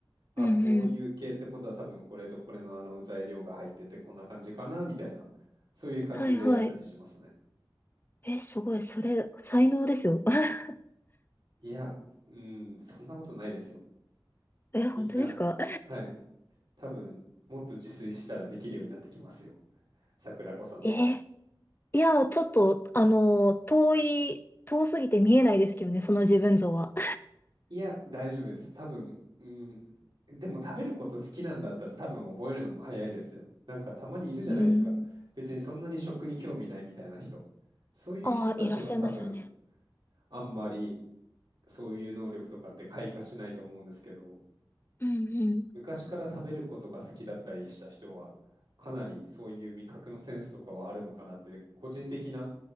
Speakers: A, on the right; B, on the left.
A: あ、
B: うんうん。
A: こういう系ってことは多分これとこれのあの材料が入っててこんな感じかなみたいな、そういう感じでやったりしますね。
B: はいはい。え、すごい、それ、才能ですよ。<laughs>
A: いや、うん、そんなことないですよ。
B: え、本当ですか
A: みんな、はい。多分もっと自炊したらできるようになってきますよ。桜子さんも。
B: えーいや、ちょっと、あの、遠い、遠すぎて見えないですけどね、その自分像は。
A: いや、大丈夫です。多分、うん、でも食べること好きなんだったら多分覚えるのも早いですよ。なんかたまにいるじゃないですか。
B: うん。
A: 別にそんなに食に興味ないみたいな人。そういう人たちは多分
B: ああ、いらっしゃいますよね。
A: あんまりそういう能力とかって開花しないと思うんですけど。
B: うん
A: 昔から食べることが好きだったりした人は、かなりそういう味覚のセンスとかはあるのかなって、個人的な